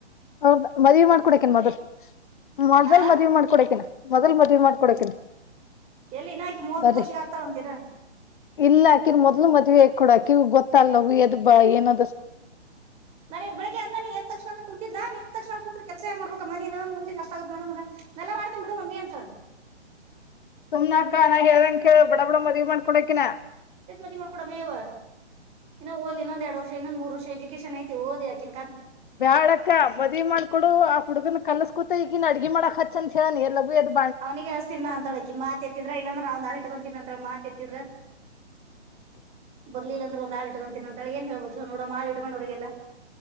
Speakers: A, on the left (about 45°); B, on the right (about 15°).
A: ಹೌದ ಮದ್ವಿ ಮಾಡ್ಕೊಡ ಅಕಿನ ಮೊದ್ಲ ಮೊದಲ್
B: ಆ
A: ಮದ್ವಿ ಮಾಡ್ಕೊಡ ಅಕಿನ ಮೊದಲ್ ಮದ್ವಿ ಮಾಡ್ಕೊಡಕ ಅಕಿನ
B: ಎಲ್ಲಿ ಇನ್ನ ಆಕಿ ಮೂವತ್
A: ಬರಿ
B: ವರ್ಷಗ ಆಗ್ತಾಳಂತ ಇನ್ನ
A: ಇಲ್ಲ ಆಕಿನ್ ಮೊದ್ಲ ಮದ ಕೂಡವು ಗೊತ್ತ ಆಲಿ ಎದ್ ಬಾ ಏನಾ
B: ನಾನ ಈ ಬೆಳಗ್ಗೆ ಅದನಾನ ಎದ್ದ ಲಕ್ಷನ ಕುತಿದ್ಲಾ. ಕುತ್ ಕೆಲ್ಸ ಯಾರ ಮಾಡ್ಬೇಕ ಮ ನೀನು ಮುಂದೆ ಕಷ್ಟ ಆಗುತ್ತ ನೋಡ ಅಂದ್ರ ನಾ ಎಲ್ಲಾ ಮಾಡ್ತನಿ ಬಿಡು ಮಮ್ಮಿ ಅಂತಳ.
A: <inaudible> ಹಮ್ನಕಾ ಹೇಳಂಗ ಕೇಳ ಬಡ ಬಡ ಮದ್ವಿ ಮಾಡಕೊಡ ಅಕಿನ.
B: ಎಟ್ ಮದ್ವಿ ಮಾಡಕೊಡೋಣ ಎವ್ವ ಇನ್ನ ಓದಲಿ ಇನ್ನೊಂದ ಎರಡ ವರ್ಷ ಇನ್ನೊಂದ ಮೂರ ವರ್ಷ ಎಜುಕೇಶಷನ್ ಐತಿ ಓದಲಿ ಅಕಿನ
A: ಬ್ಯಾಡಕ್ಕ ಮದ್ವಿ ಮಾಡ್ಕೊಡು ಆ ಹುಡುಗನ ಕಲಸ್ಕೂತ ಇಕಿನ ಅಡ್ಗ ಮಾಡಕ ಹತ್ ಚ ಲಗು ಏತ್
B: ಅವನಿಗ ಹಚ್ಚತೀನಿ ನಾ ಅಂತಳ ಮಾತ ಎತ್ತಿದ್ರ ಇಲ್ಲಂದ್ರ ಒಂದ ಆಳ ಇಟ್ಕೊಂತಿನಿ ಅಂತಳ ಮಾತ ಎತ್ತಿದ್ರ. ಬರ್ಲಿಲ್ಲ ಅಂದ್ರ ಒಂದ ಆಳ ಇಟ್ಕಂತೀನ ಅಂತಾಳ ಏನ್ ಹೇಳ್ಬಕ ಹೇಳ ನೋಡಮ್ಮ ಆಳ ಇಟ್ಕೊಂತಿನ ಅಂದ್ರ